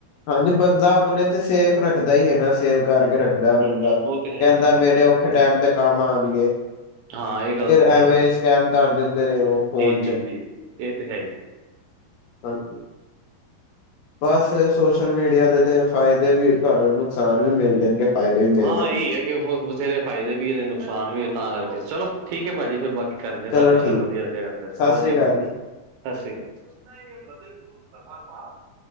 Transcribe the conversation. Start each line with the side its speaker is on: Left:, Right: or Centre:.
Left: ਹਾਂਜੀ ਬੰਦਾ ਆਪਣੇ ਤੇ ਸੇਫ ਰੱਖਦਾ ਹੀ ਹੈਨਾ, ਸੇਫ ਕਰਕੇ ਰੱਖਦਾ
Right: ਹੂੰ
Left: ਬੰਦਾ,
Right: ਹੂੰ ਉਹ ਤੇ ਹੈ
Left: ਕਹਿੰਦਾ
Right: ਹੀ ਉਹ
Left: ਮੇਰੇ
Right: ਤੇ ਹੈ ਹੀ
Left: ਖਾ ਟਾਮ ਤੇ ਕੰਮ ਆਉਣਗੇ।
Right: ਹਾਂ ਇਹ ਗੱਲ ਤੇ ਹੈ।
Left: ਐਵੇ
Right: ਹੀ
Left: ਸਕੈਮ ਕਰ ਦਿੰਦੇ ਨੇ, ਉਹ। ਫੋਨ
Right: ਜੀ- ਜੀ,
Left: ਚ
Right: ਜੀ ਇਹ ਤੇ ਹੈ ਈ ਐ।
Left: ਹਾਂਜੀ। ਬਸ ਸੋਸ਼ਲ ਮੀਡੀਆ ਦੇ ਤੇ ਫਾਇਦੇ ਵੀ ਤੁਹਾਨੂੰ ਨੁਕਸਾਨ ਵੀ ਮਿਲ ਜਾਣਗੇ। ਫਾਇਦੇ ਵੀ ਮਿਲ
Right: ਹਾਂ,
Left: ਜਾਣਗੇ
Right: ਇਹੀ ਹੈ ਕਿ ਹੋ ਬਥੇਰੇ ਫਾਇਦੇ ਵੀ ਹੈ ਨੁਕਸਾਨ ਵੀ ਹੈ ਤਾਂ ਕਰਕੇ, ਚਲੋ ਠੀਕ ਹੈ ਭਾਜੀ ਫੇਰ ਬਾਕੀ ਕਰਦੇ ਆ
Left: ਚਲੋ
Right: ਤਾਡੇ ਨਾਲ
Left: ਠੀਕ
Right: ਗੱਲ ਵਧੀਆ
Left: ਹੈ
Right: ਲੱਗਿਆ ਗੱਲ ਕਰਕੇ
Left: ਸਤਿ
Right: ਓਕੇ
Left: ਸ੍ਰੀ
Right: ਫੇਰ।
Left: ਅਕਾਲ ਜੀ
Right: ਸਸੀ ਕਾਲ ਤ ਸ਼੍ਰੀਕਾਲਪ ਪ੍ਰਪ।